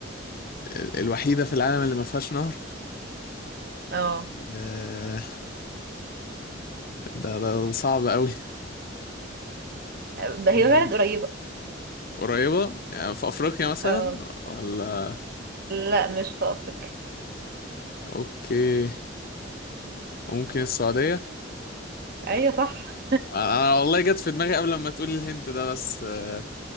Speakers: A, on the left; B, on the right.
A: ال- الوحيدة في العالم اللي ما فيهاش نهر
B: اه
A: آه، ده ده صعب قوي
B: ب- هي
A: مم،
B: بلد قريبة
A: قريبة يعني في أفريقيا مثلا
B: اه
A: ولا
B: لا مش في أفريقيا
A: أوكي ممكن السعودية
B: ايوه صح
A: أنا والله جت في دماغي قبل ما تقولي الهنت ده بس آه،